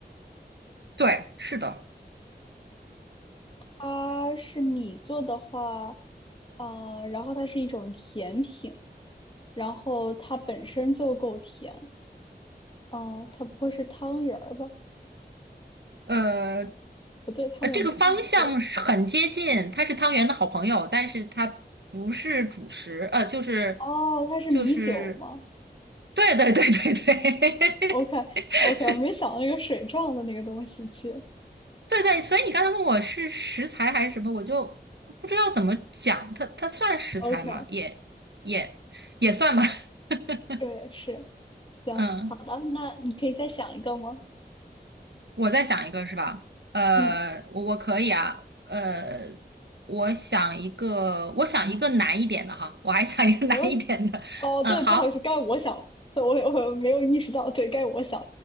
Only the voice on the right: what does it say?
对，是的，
呃
呃，这个方向是很接近，它是汤圆的好朋友，但是它不是主食，呃，就是
就是，对对对对对，
<laughs>
对对，所以你刚才问我是食材还是什么，我就不知道怎么讲，它它算食材吗？
也也也算吧。<laughs>
嗯，
我再想一个是吧？呃，
我我可以啊，呃，我想一个，我想一个难一点的哈，我还想一个
<laughs> 难一点的。
嗯，
好，